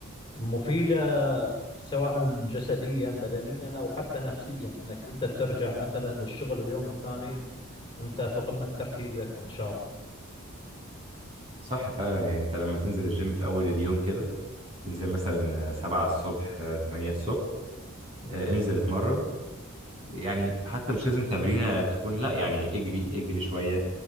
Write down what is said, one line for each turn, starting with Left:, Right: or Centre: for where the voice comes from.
Left: مفيده سواء جسديا بدنيا او حتى نفسيا انك انت ترجع مثلا للشغل اليوم الثاني انت في قمه تركيزك ونشاطك
Right: صح فعلا يعني انت لما تنزل الجيم في اول اليوم كده تنزل مثلا آه، 7 الصبح آه، 8 الصبح آه، انزل اتمرن يعني حتى مش لازم تمرينة تكون لا يعني اجري اجري شوية